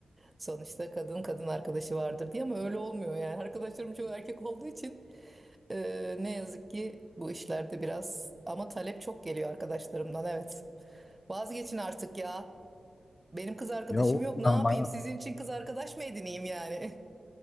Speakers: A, on the right; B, on the left.
A: sonuçta kadın kadın arkadaşı vardır diye ama öyle olmuyor yani. Arkadaşlarım çoğu erkek olduğu için e, ne yazık ki bu işlerde biraz ama talep çok geliyor arkadaşlarımdan evet. Vazgeçin artık ya. Benim kız arkadaşım
B: ya olmuyor
A: yok. Ne
B: ama
A: yapayım?
B: ya.
A: Sizin için kız arkadaş mı edineyim yani?